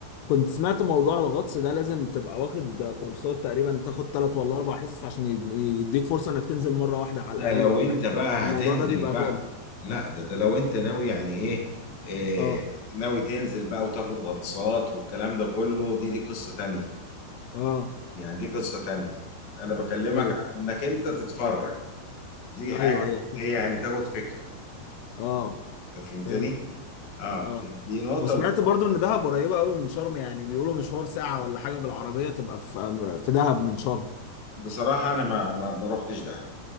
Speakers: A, on the left; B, on the left.
A: كنت سمعت موضوع الغطس ده لازم تبقى واخد كورسات تقريبا تاخد ثلاث ولا اربع حصص عشان يد- يديك فرصة انك تنزل مرة واحدة على
B: ده
A: الاقل
B: لو
A: ولا
B: انت
A: حاجة
B: بقى
A: الموضوع
B: هتنزل
A: ده بيبقى
B: بقى
A: غالي
B: لا ده ده لو انت ناوي يعني ايه, إيه
A: اه
B: ناوي تنزل بقى وتاخد غطسات والكلام ده كله دي دي قصة تانية
A: اه
B: يعني دي قصة تانية انا بكلمك
A: ايوه
B: عن انك انت تتفرج دي حاجة
A: ايوه ايوه
B: ايه يعني تاخد فكرة
A: اه
B: انت فهمتني
A: فهمت
B: اه
A: اه
B: دي, دي نقطة
A: وسمعت
B: ودي.
A: برضو ان دهب قريبة قوي من شرم يعني بيقولوا مشوار ساعة ولا حاجة بالعربية تبقى في في دهب من شرم
B: بصراحة انا ما ما, ما رحتش دهب